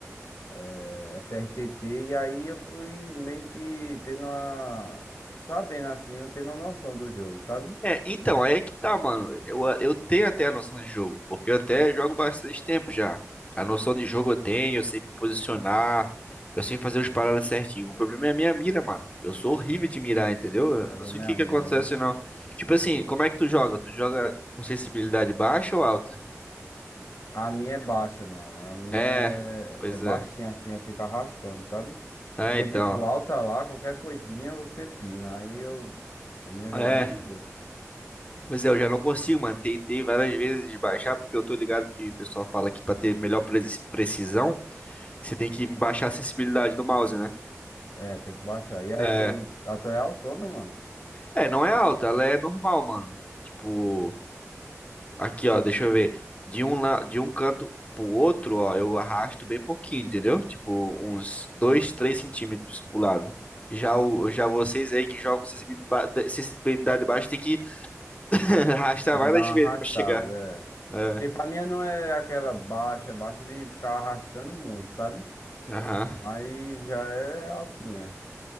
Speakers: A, on the left; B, on the left.
A: é, FRTT, e aí eu fui meio que tendo uma. Sabendo assim, eu tendo uma noção do jogo, sabe?
B: É, então, aí é que tá, mano. Eu, eu tenho até a noção de jogo, porque eu até jogo bastante tempo já. A noção de jogo eu tenho, eu sei me posicionar, eu sei fazer os paradas certinho. O problema é a minha mira, mano. Eu sou horrível
A: O
B: de mirar, entendeu? Eu
A: problema
B: não sei o que
A: é a
B: que acontece,
A: mira, né?
B: não. Tipo assim, como é que tu joga? Tu joga com sensibilidade baixa ou alta?
A: A minha é baixa, mano. A minha
B: É,
A: é,
B: pois
A: é baixinha
B: é.
A: assim, eu fico arrastando, sabe?
B: Ah,
A: Porque,
B: então.
A: tipo, alta lá, qualquer coisinha você pina. Aí eu. A minha eu jogo
B: É,
A: bem de boa.
B: pois é, eu já não consigo, mano. Tentei várias vezes de baixar, porque eu tô ligado que o pessoal fala que pra ter melhor preci- precisão, você tem que baixar a sensibilidade do mouse, né?
A: É, tem que baixar. E aí,
B: É.
A: tu, a tua é autona, mano.
B: É, não é alta, ela é normal, mano. Tipo, aqui, ó, deixa eu ver. De um, la- de um canto pro outro, ó, eu arrasto bem pouquinho, entendeu? Tipo, uns 2, 3 centímetros pro lado. Já, o, já vocês aí que jogam sensibilidade, sensibilidade baixa, tem que <laughs> arrastar
A: Tem
B: várias
A: que dar uma
B: vezes
A: arrastada,
B: pra chegar.
A: é.
B: É.
A: Tipo, a minha não é aquela baixa, baixa de ficar arrastando muito, sabe?
B: Aham.
A: Mas já é altinha.